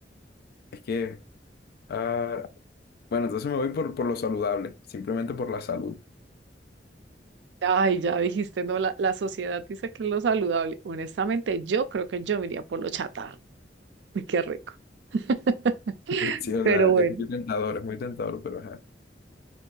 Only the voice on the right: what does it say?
Ay, ya dijiste, no, la, la sociedad dice que es lo saludable. Honestamente, yo creo que yo me iría por lo chatarra. Uy, Qué rico. <laughs>
Pero
bueno,